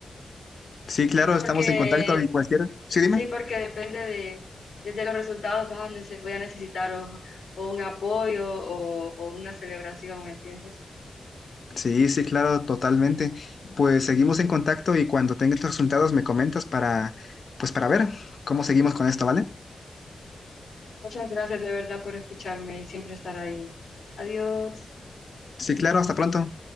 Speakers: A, on the left; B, on the left.
A: Sí, claro,
B: Porque,
A: estamos en contacto y cualquier... Sí, dime.
B: sí, porque depende de, desde los resultados, vas a nece- voy a necesitar o, o un apoyo o, o una celebración, ¿me entiendes?
A: Sí, sí, claro, totalmente. Pues seguimos en contacto y cuando tengas los resultados me comentas para, pues para ver cómo seguimos con esto, ¿vale?
B: Muchas gracias de verdad por escucharme y siempre estar ahí. Adiós.
A: Sí, claro, hasta pronto.